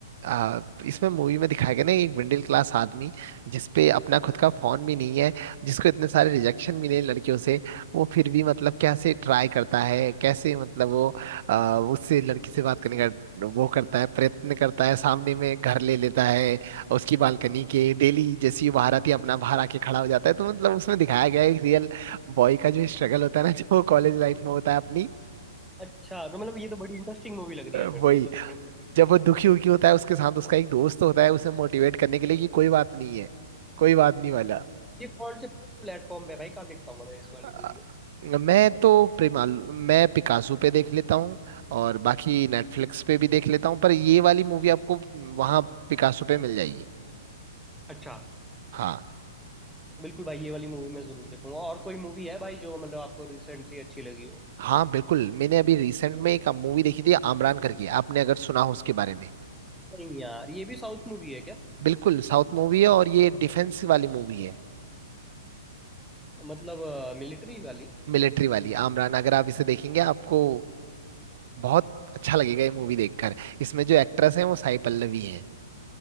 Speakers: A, on the right; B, in the centre.
A: आ, इसमें मूवी में दिखाया गया ना एक मिडिल क्लास आदमी जिसपे अपना खुद का फोन भी नहीं है जिसको इतने सारे रिजेक्शन मिले हैं लड़कियों से वो फिर भी मतलब कैसे ट्राई करता है कैसे मतलब वो आ, उससे लड़की से बात करने का वो करता है प्रयत्न करता है सामने में घर ले लेता है उसकी बालकनी के डेली जैसी वो बाहर आती है अपना बाहर आके खड़ा हो जाता है तो मतलब उसमें दिखाया गया है एक रियल बॉय का जो स्ट्रगल होता है ना जो कॉलेज लाइफ में होता है अपनी
B: अच्छा तो मतलब ये तो बड़ी इंटरेस्टिंग मूवी लग रही
A: अ,
B: है यार
A: वही
B: मेरे को ये तो देखनी पड़ेगी
A: जब वो दुखी उखी होता है उसके साथ उसका एक दोस्त होता है उसे मोटिवेट करने के लिए कि कोई बात नहीं है कोई बात नहीं वाला
B: ये कौन से प्लेटफॉर्म पे है भाई कहाँ देख पाऊंगा मैं इस वाली
A: आ,
B: मूवी को
A: मैं तो प्रेमाल मैं पिकासो पे देख लेता हूँ और बाकी नेटफ्लिक्स पे भी देख लेता हूँ पर ये वाली मूवी आपको वहाँ पिकासो पे मिल जाएगी
B: अच्छा
A: हाँ
B: बिल्कुल भाई ये वाली मूवी मैं जरूर देखूंगा और कोई मूवी है भाई जो मतलब आपको रिसेंटली अच्छी लगी हो
A: हाँ बिल्कुल मैंने अभी रिसेंट में एक मूवी देखी थी आमरान करके आपने अगर सुना हो उसके बारे में
B: नहीं यार ये भी साउथ मूवी है क्या
A: बिल्कुल साउथ मूवी है और ये डिफेंस वाली मूवी है
B: मतलब मिलिट्री वाली
A: मिलिट्री वाली आमरान अगर आप इसे देखेंगे आपको बहुत अच्छा लगेगा ये मूवी देखकर इसमें जो एक्ट्रेस हैं वो साई पल्लवी हैं